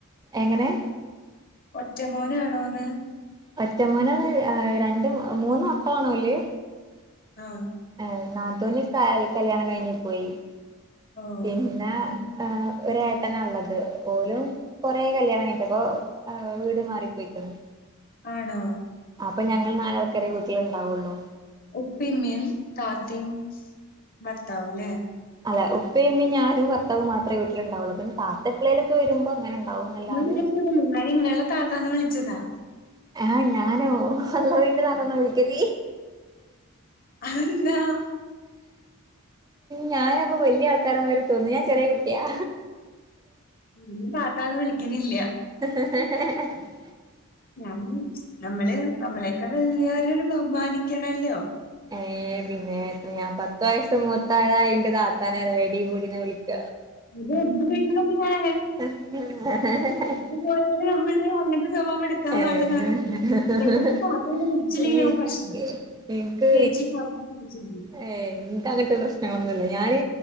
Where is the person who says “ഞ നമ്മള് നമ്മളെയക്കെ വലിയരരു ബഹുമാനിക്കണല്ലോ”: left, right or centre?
Left